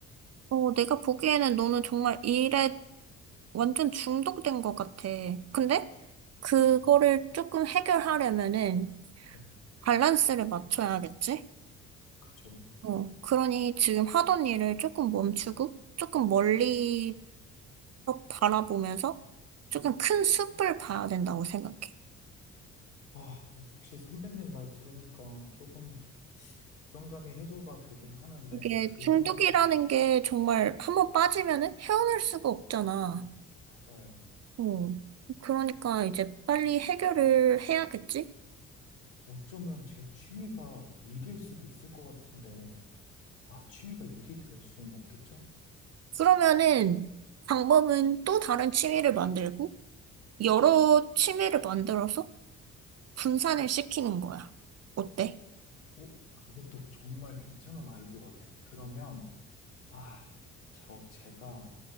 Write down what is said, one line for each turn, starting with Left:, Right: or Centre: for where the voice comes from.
Right: 어, 내가 보기에는 너는 정말 일에 완전 중독된 것 같아. 근데 그거를
Left: 네.
Right: 조금 해결하려면은
Left: 네,
Right: 밸런스를 맞춰야겠지?
Left: 그죠.
Right: 어, 그러니 지금 하던 일을 조금 멈추고 조금 멀리서 바라보면서 조금 큰 숲을 봐야 된다고 생각해.
Left: 아, 역시 선배님 말 들으니까 조금 불안감이 해소가 되긴 하는데,
Right: 이게
Left: 그럼에도,
Right: 중독이라는 게 정말 한번 빠지면은 헤어날 수가 없잖아.
Left: 맞아요.
Right: 어, 그러니까 이제 빨리 해결을 해야겠지?
Left: 어쩌면 제 취미가 일일 수도 있을 것 같은데, 아, 취미가 일이 될 수는 없겠죠?
Right: 그러면은 방법은 또 다른 취미를 만들고 여러 취미를 만들어서 분산을 시키는 거야. 어때?
Left: 어, 이것도 정말 괜찮은 아이디어 같아요. 그러면, 아, 저, 제가